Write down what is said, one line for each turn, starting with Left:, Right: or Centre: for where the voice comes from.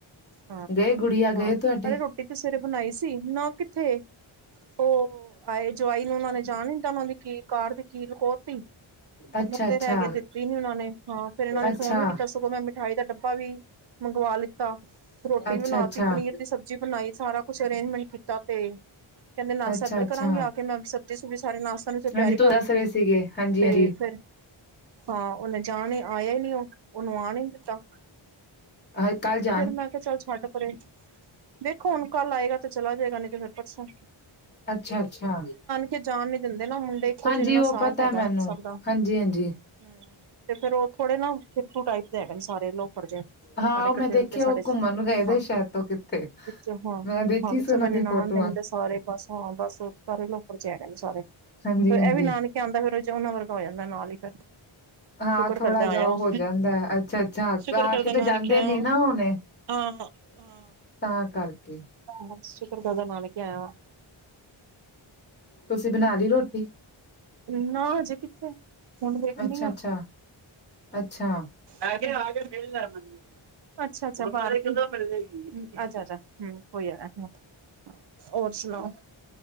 Right: ਹਾਂ,
Left: ਗਏ ਗੁੜੀਆ
Right: ਹਾਂ
Left: ਗਏ ਤੁਹਾਡੇ?
Right: ਅਰੇ ਰੋਟੀ ਤੇ ਸਵੇਰੇ ਬਣਾਈ ਸੀ, ਨਾ ਕਿੱਥੇ ਉਹ ਆਏ ਜਵਾਈ ਨੂੰ ਉਹਨਾਂ ਨੇ ਜਾਣ ਨੀ ਦਿਤਾ, ਉਹਨਾਂ ਦੀ ਕੀ, ਕਾਰ ਦੀ ਕੀ ਲੁਕੋ ਤੀ। ਉਹ
Left: ਅੱਛਾ-ਅੱਛਾ,
Right: ਮੁਦੇ ਰਹਿ ਗਏ, ਦਿੱਤੀ ਨੀ ਉਹਨਾਂ ਨੇ, ਹਾਂ ਫਿਰ ਇਹਨਾਂ ਨੇ
Left: ਅੱਛਾ।
Right: ਫ਼ੋਨ ਵੀ ਕੀਤਾ, ਸਗੋਂ ਮੈਂ ਮਿਠਾਈ ਦਾ ਡੱਬਾ ਵੀ ਮੰਗਵਾ ਲਿੱਤ ਤਾ, ਰੋਟੀ
Left: ਅੱਛਾ-ਅੱਛਾ,
Right: ਬਣਾ ਤੀ, ਪਨੀਰ ਦੀ ਸਬਜ਼ੀ ਬਣਾਈ, ਸਾਰਾ ਕੁਛ ਅਰੇਂਜਮੈਂਟ ਕੀਤਾ ਤੇ ਕਹਿੰਦੇ ਨਾਸ਼ਤਾ
Left: ਅੱਛਾ-ਅੱਛਾ।
Right: ਇਧਰ ਕਰਾਂਗੇ ਆ ਕੇ, ਮੈਂ ਸਬਜ਼ੀ ਸੁਬਜ਼ੀ ਸਾਰੇ ਨਾਸ ਪੰਜ ਵਜੇ ਤਿਆਰੀ
Left: ਹਾਂਜੀ,
Right: ਕਰ
Left: ਤੂੰ ਦੱਸ
Right: ਲਿੱਤੀ,
Left: ਰਹੇ ਸੀਗੇ, ਹਾਂਜੀ-ਹਾਂਜੀ,
Right: ਤੇ ਫਿਰ, ਹਾਂ ਉਹਨੇ ਜਾਣੇ ਆਇਆ ਈ ਨੀ ਉਹ, ਉਹਨੂੰ ਆਉਣ ਈ ਨੀ ਦਿੱਤਾ।
Left: <inaudible> ਹਲੇ ਕੱਲ੍ਹ ਜਾ
Right: ਫਿਰ ਮੈਂ ਕਿਆ ਚੱਲ ਛੱਡ ਪਰੇ, ਦੇਖੋ ਹੁਣ ਕੱਲ ਆਏਗਾ ਤੇ ਚਲਾ ਜਾਏਗਾ, ਨੀ ਤੇ ਫਿਰ ਪਰਸੋਂ।
Left: ਅੱਛਾ-ਅੱਛਾ।
Right: ਕੇ ਜਾਣ ਨੀ ਦਿੰਦੇ ਨਾ ਮੁੰਡੇ, ਇੱਕੋ
Left: ਹਾਂਜੀ,
Right: ਜਿ ਨਾ,
Left: ਉਹ
Right: ਸਾਥ
Left: ਪਤਾ
Right: ਹੈਗਾ
Left: ਮੈਨੂੰ,
Right: ਏ ਸਭ ਦਾ। ਹੂੰ
Left: ਹਾਂਜੀ-ਹਾਂਜੀ,
Right: ਤੇ ਫ਼ਿਰ ਉਹ ਥੋੜੇ ਨਾ ਫਿਰਕੂ ਟਾਈਪ ਦੇ ਹੈਗੇ ਨੇ ਸਾਰੇ, ਲੋਫੜ ਜੇਏ। ਸਾਰੇ
Left: ਹਾਂ ਉਹ
Right: ਇਕੱਠੇ
Left: ਮੈਂ ਦੇਖਿਆ
Right: ਵਿੱਚੋਂ ਸਾਡੇ,
Left: ਉਹ ਘੁੰਮਣ ਗਏ
Right: ਹਾਂ,
Left: ਦੇ ਸ਼ਾਇਦ ਤੋਂ ਕਿੱਥੇ,
Right: ਵਿੱਚੋਂ ਹਾਂ,
Left: ਮੈਂ ਦੇਖੀ
Right: ਹਾਂ ਵਿੱਚੋਂ
Left: ਸੀ ਉਹਨਾਂ
Right: ਮੇਰੀ
Left: ਦੀ
Right: ਨਨਾਣ
Left: ਫੋਟੋਆਂ।
Right: ਦੇ ਮੁੰਡੇ ਸਾਰੇ ਬਸ ਹਾਂ, ਬਸ ਸਾਰੇ ਲੋਫਰ ਜੇ ਹੈਗੇ ਨੇ ਸਾਰੇ, ਫੇਰ
Left: ਹਾਂਜੀ ਹਾਂਜੀ
Right: ਇਹ ਵੀ ਨਾਨ ਨਾਨਕੇ ਆਂਦਾ, ਫਿਰ ਉਅਦੇ ਚ, ਉਹਨਾਂ ਵਰਗਾ ਹੋ ਜਾਂਦਾ ਨਾਲ ਈ ਫੇਰ।
Left: ਹਾਂ
Right: ਸ਼ੁਕਰ
Left: ਥੋੜਾ
Right: ਕਰਦਾ
Left: ਜਾ
Right: ਆਇਆ ਵਾਂ,
Left: ਹੋ ਜਾਂਦਾ ਹੈ। ਅੱਛਾ ਅੱਛਾ
Right: ਸ਼ੁਕਰ
Left: ਆ
Right: ਕਰਦਾ
Left: ਤਾਂ
Right: ਨਾਨ
Left: ਜਾਂਦੇ
Right: ਕੇ ਆਹਾ,
Left: ਨੀ ਨਾ ਹੁਣੇ
Right: ਹਾਂ ਹਾਂ
Left: ਤਾਂ ਕਰਕੇ
Right: ਬਸ ਸ਼ੁਕਰ ਕਰਦਾ ਨਾਨਕੇ ਆਇਆ ਵਾ।
Left: ਤੁਸੀਂ ਬਣਾ ਲਈ ਰੋਟੀ?
Right: ਨਾ, ਹਜੇ ਕਿੱਥੇ? ਹੁਣ ਵੇਖਣੀ
Left: ਅੱਛਾ
Right: ਆ।
Left: ਅੱਛਾ ਅੱਛਾ
Right: ਐਗੇ ਆ ਕੇ ਮਿਲ ਲੇ ਮਨੂੰ, ਅੱਛਾ-ਅੱਛਾ ਬ, ਦੁਬਾਰੇ ਕਦੋਂ ਮਿਲੇ ਅੱਛਾ-ਅੱਛਾ ਹੂੰ, ਕੋਈ ਆਇਆ ਹੈ, ਹਾਂ ਔਰ ਸੁਣਾਓ?